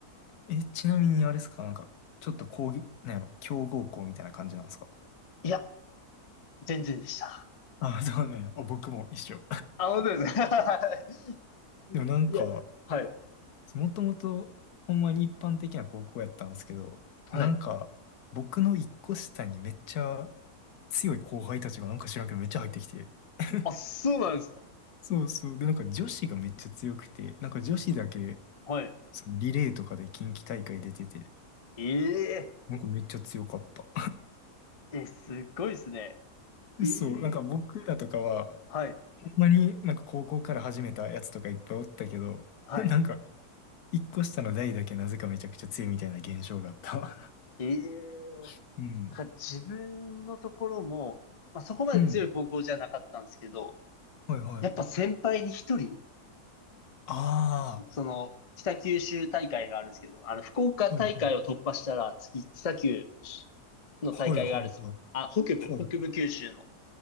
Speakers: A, on the left (about 75°); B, on the left (about 30°).
A: え、ちなみにあれですか、なんか、ちょっと講義、なんやろ、強豪校みたいな感じなんですか。
B: いや、全然でした。
A: あ、そうなんや。あ、僕も一緒。
B: あ、本当ですか <laughs> はい
A: でもなんか、
B: や、はい。
A: もともと、ほんまに一般的な高校やったんですけど、
B: はい。
A: なんか、僕の一個下にめっちゃ強い後輩たちがなんか知らんけどめっちゃ入ってきて。<laughs>
B: あ、そうなんですか。
A: そうそう。で、なんか女子がめっちゃ強くて、なんか女子だけ、
B: はい。
A: そのリレーとかで近畿大会出てて、
B: ええ
A: なんかめっちゃ強かった。
B: え、すっごいですね。
A: <laughs>
B: ええ
A: そう、なんか僕らとかは、
B: はい。
A: ほんまになんか高校から始めたやつとかいっぱいおったけど、
B: はい。
A: なんか一個下の代だけなぜかめちゃくちゃ強いみたいな現象があった。
B: ええ
A: <laughs> うん。
B: だから自分のところも、まあ、そこまで強い高校じゃなかったんですけど、
A: うん。はいはい。
B: やっぱ先輩に一人、
A: あ
B: その、北九州大会があるんですけど、あの、福岡大会を突破したら、
A: あ、はいはい。
B: 次、北九の大会があるぞ。
A: はいはいはい。
B: あ、北部、
A: はい。
B: 北部九州の